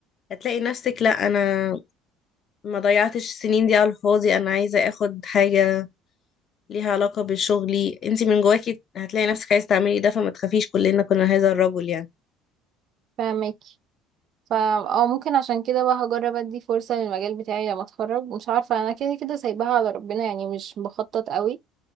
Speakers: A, on the left; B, on the right.
A: هتلاقي نفسك لا انا ما ضيعتش السنين دي على الفاضي انا عايزة اخد حاجة ليها علاقة بشغلي انت من جواكي هتلاقي نفسك عايزة تعملي ده فما تخافيش كلنا كنا هذا الرجل يعني
B: فاهمك فا اه ممكن عشان كده بقى هجرب ادي فرصة للمجال بتاعي لما اتخرج مش عارفة انا كده كده سايباها على ربنا يعني مش بخطط قوي